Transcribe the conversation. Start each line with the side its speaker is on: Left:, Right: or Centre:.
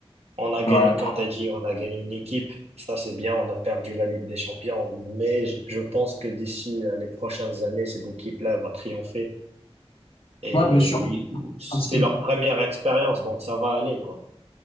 Right: On a gagné,
Left: ouais.
Right: comme t'as dit, on a gagné une équipe. Ça, c'est bien. On a perdu la Ligue des Champions, mais je je pense que d'ici euh, les prochaines années, cette équipe-là va triompher. Et
Left: Ouais, bien sûr.
Right: il- c'est
Left: Aussi.
Right: leur première expérience, donc ça va aller, quoi.